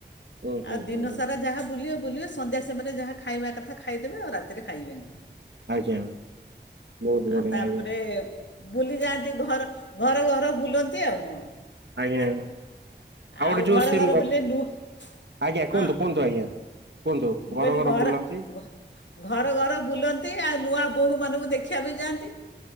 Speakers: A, on the right (about 75°); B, on the left (about 85°).
A: ହୁଁ ହୁଁ
B: ଆଉ ଦିନ
A: ହୁଁ ହୁଁ
B: ସାରା ଯାହା ବୁଲିବେ ବୁଲିବେ ସନ୍ଧ୍ୟା ସମୟରେ ଯାହା ଖାଇବା କଥା ଖାଇଦେବେ ଆଉ ରାତିରେ ଖାଇବେନି।
A: ଆଜ୍ଞା ବହୁତ
B: ଆ
A: ବଢିଆ
B: ତାପରେ
A: ଆଜ୍ଞା
B: ବୁଲିଯାଆନ୍ତି ଘର ଘର ଘର ବୁଲନ୍ତି ଆଉ କଣ।
A: ଆଜ୍ଞା ଆଉ ଗୋଟେ
B: ଆଉ
A: ଯୋଉ
B: ଘର
A: ସେ
B: ଘର ବୁଲିଲେ ନୂଆ
A: ଆଜ୍ଞା କୁହନ୍ତୁ
B: ହଁ
A: କୁହନ୍ତୁ ଆଜ୍ଞା କୁହନ୍ତୁ
B: ମୁଁ
A: ଘର
B: କହିଲି
A: ଘର ବୁଲନ୍ତି।
B: ଘ- ଘର ଘର ବୁଲନ୍ତି ଆଉ ନୂଆ ବୋହୂମାନଙ୍କୁ ଦେଖିବାକୁ ଯାଆନ୍ତି।